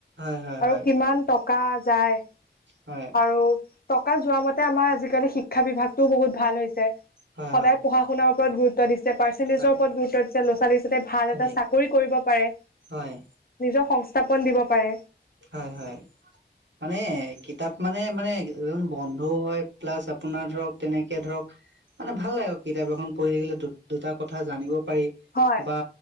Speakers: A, on the right; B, on the left.
A: হয় হয় হয়
B: আৰু কিমান টকা যায়।
A: হয়।
B: আৰু টকা যোৱা মতে আমাৰ আজিকালি শিক্ষা বিভাগটো বহুত ভাল হৈছে।
A: হয়
B: সদায় পঢ়াৰ - শুনাৰ ওপৰত গুৰুত্ব দিছে, পাৰ্চেণ্টজৰ
A: হয়
B: ওপৰত গুৰুত্ব দিছে', লৰা - ছোৱালীচতে ভাল
A: হয়
B: এটা চাকৰি কৰিব পাৰে,
A: হয়
B: নিজক সংস্থাপন দিব পাৰে।
A: হয় হয়। মানে কিতাপ মানে মানে এজন বন্ধু হয়, প্লাছ আপোনাৰ ধৰক তেনেকে ধৰক মানে ভাল লাগে কিতাপ এখন পঢ়ি থাকিলে দু দুটা কথা জানিব পাৰি।
B: হয়
A: বা